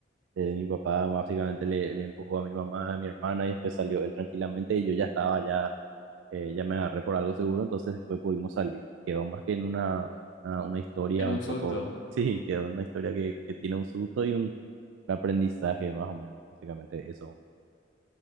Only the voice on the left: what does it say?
en un
susto.